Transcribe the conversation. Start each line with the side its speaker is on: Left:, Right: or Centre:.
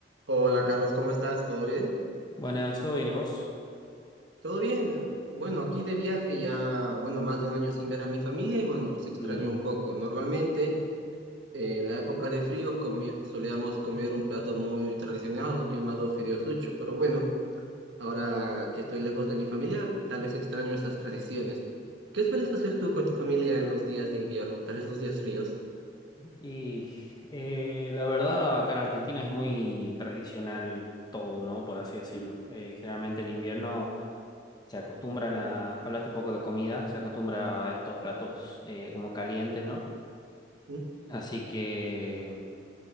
Right: Hola Carlos, ¿cómo estás? ¿Todo bien?
Left: Buenas, ¿todo bien y vos?
Right: Todo bien. Bueno, aquí de viaje ya, bueno, más de un año sin ver a mi familia y bueno, los extraño
Left: Mm.
Right: un poco. Normalmente eh, en la época de frío comi- solíamos comer un plato muy tradicional llamado fideos sucho, pero bueno, ahora que estoy lejos de mi familia, tal vez extraño esas tradiciones. ¿Qué sueles hacer tú con tu familia en los días de invierno, tal vez los días fríos?
Left: Y eh, la verdad, acá en Argentina es muy tradicional todo, ¿no? Por así decirlo. Eh, generalmente en invierno se acostumbran a, hablaste un poco de comida, se acostumbra a estos platos eh, como calientes, ¿no?
Right: ¿Mm?
Left: Así que